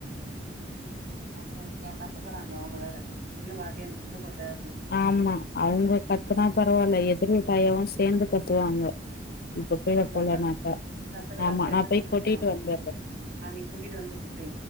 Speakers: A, on the right (about 50°); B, on the left (about 55°).
A: அப்புறோ க கத்த போறாங்க அவங்க வேற இன்னு வரலையேன்னு குப்ப கொட்ட அப்டின்னு
B: ஆமா அவங்க கத்துனா பரவாயில்ல எதிர்விட்டாயாவு சேந்து கத்துவாங்க இப்ப போய்
A: கத்துறாங்க
B: நா <unintelligible> மாட்ட
A: கத்துற காத்துல
B: ஆமா நா
A: எல்லா
B: போய்
A: எழுந்து
B: கொட்டிட்டு
A: போறாங்க
B: வந்தறே
A: ஆ நீ கூட்டிட்டு வந்து சுத்தே